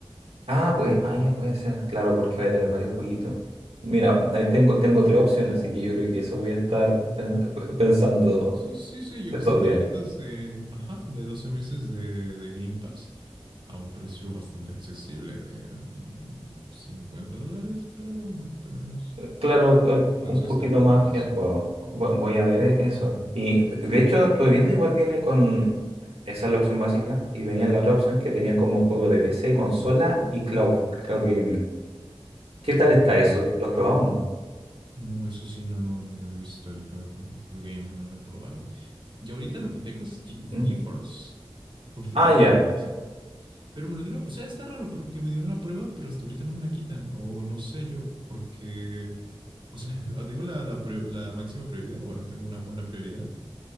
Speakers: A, on the right; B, on the right.
A: Ah, pues, ah, ya puede ser, claro, porque voy a tener varios jueguitos. Mira, ahí tengo, tengo tres opciones, así que yo creo que eso voy a estar pen- pensando
B: Sí, sí, sí. Yo he
A: estos
B: visto tarjetas
A: días.
B: de, ajá, de 12 meses de, de Game Pass a un precio bastante accesible de mm, 50 dólares, creo, un poquito menos.
A: Claro, eh,
B: Entonces
A: un poquito
B: te recomiendo
A: más que
B: eso.
A: el juego. Vo- Voy a ver e- eso. Y de de hecho, estuve viendo, igual viene con. Esa es la opción básica. Y venía la otra opción que tenía como juego de PC, consola y cloud, cloud gaming. ¿Qué tal
B: Ah,
A: está
B: mira.
A: eso? ¿Lo has probado o no?
B: No, eso sí, no, no, no lo he visto, el cloud de Blue Gaming, no lo he probado. Y ahorita
A: Y-
B: lo que tengo es Ge-
A: ¿Mm?
B: GeForce, <laughs> porque
A: Ah,
B: no
A: ya.
B: tengo buena PC. Pero me lo dieron, o sea, está raro porque me dieron una prueba, pero hasta ahorita no me la quitan, o no sé yo, porque, o sea, <laughs> tengo la, la, prior- la máxima prioridad, bueno, tengo una buena prioridad